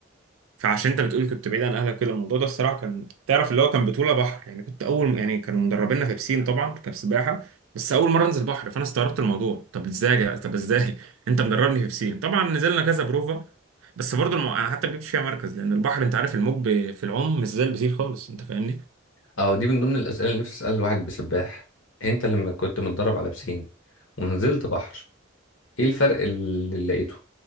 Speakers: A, on the right; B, on the left.
A: فعشان انت بتقول كنت بعيد عن اهلك كده الموضوع ده الصراحه كان تعرف اللي هو كان بطوله بحر يعني كنت اول يعني كانوا مدربيننا في بسين طبعا كان سباحه بس اول مره انزل بحر فانا استغربت الموضوع طب ازاي يا جدع- طب ازاي <laughs> انت مدربني في بسين طبعا نزلنا كذا بروفا بس برضه المو... انا حتى ما جبتش فيها مركز لان البحر انت عارف الموج ب- في العوم مش زي البسين خالص انت فاهمني
B: اه دي من ضمن الأسئلة اللي نفسي أسألها الواحد بسباح انت لما كنت متدرب على بسين ونزلت بحر ايه الفرق اللي لقيته